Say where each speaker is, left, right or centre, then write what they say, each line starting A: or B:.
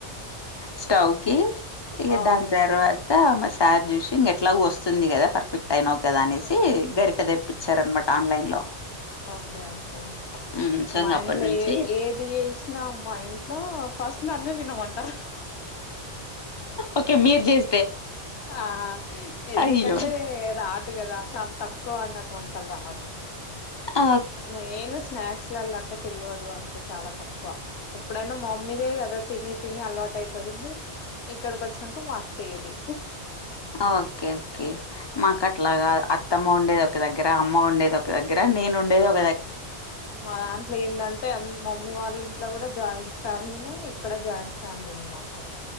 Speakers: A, on the left; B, on the left.
A: స్టౌకి ఇక
B: అవునండి
A: దాన్ తర్వా త మా సార్ చూసి ఇక ఎట్లాగ వస్తుంది కదా పర్ఫెక్ట్ అయిన కదా అనేసి
B: అవును
A: గరిట తెప్ పిచరన్ననమాట ఆన్లైన్ లో
B: ఓకే ఓకే
A: మ్ సో
B: మా
A: ఇంగ అప్పటి
B: ఇంట్లో
A: నుంచి
B: ఏ ఏది ఏస్ నా మా ఇంట్లో ఫస్ట్ ననే తినమంటారు
A: ఓకే మీరు చేసి
B: ఆహా ఎందుకంటే
A: అయ్యో
B: రాదు కదా చాలా తక్కువ అనకుంట రావడం
A: ఆ
B: నేను స్నాక్స్లల్ల అంటే తెలియదు అంత చాలా తక్కువ ఎప్పుడైనా మమ్మీదే కదా తిని తిని అలవాటు అయిపోయింది ఇక్కడికి వచ్చినాక మా అత్తయది
A: ఆ ఓకే ఓకే మాకు అట్లాగాద్ అట్ అత్తమ్మ ఉండేది ఒక దగ్గర అమ్మ ఉండేది ఒక దగ్గర నేను ఉండేది ఒక్
B: మా దాంట్లో ఏందం టే మమ్మీ వాళ్ళ ఇంట్లో కూడా జాయింట్ ఫ్యామిలీనే ఇక్కడ కూడా జాయింట్ ఫ్యామిలీనే మాకు